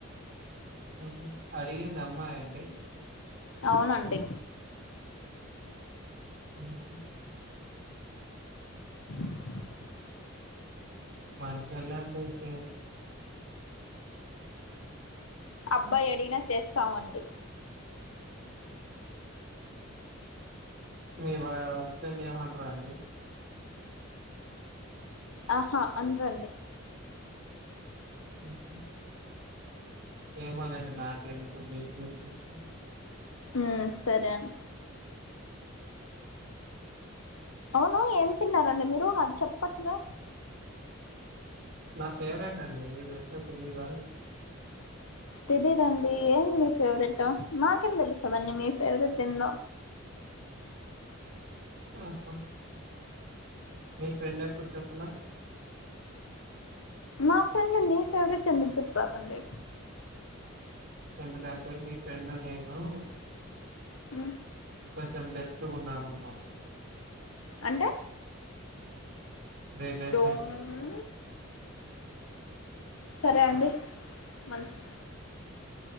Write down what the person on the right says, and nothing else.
హ్ హు అడిగింది అమ్మాయండి
అ <unintelligible>
మంచొళ్ళు అండి అయితే
మేమ హస్బెండ్ ప్రతి మంటూరు అండి
హమ్ ఏమోలేండి నాకు ఎందుకు మీరు మీరు చూసుకోండి
నా ఫేవరెట్ అండి. ఏంతో తెలిదు గానీ
ఆహా మీ ఫ్రెండ్ ఎప్పుడు చెప్పాలే
ఎందుకంటే మీ ఫ్రెండ్ నేను
కొంచెం డేప్తుగా ఉన్నాం అన్నమాట
రిలేషన్షిప్
లో